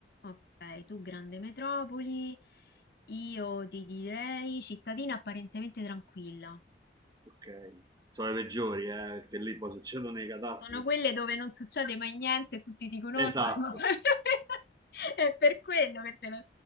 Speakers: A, on the left; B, on the right.
A: Ok, tu grande metropoli, io ti direi cittadina apparentemente tranquilla.
B: Ok, sono i peggiori, eh, perché lì poi succedono le catastrofi.
A: Sono quelle dove non succede mai niente, e tutti si conoscono.
B: Esatto.
A: <laughs> È per quello che te lo...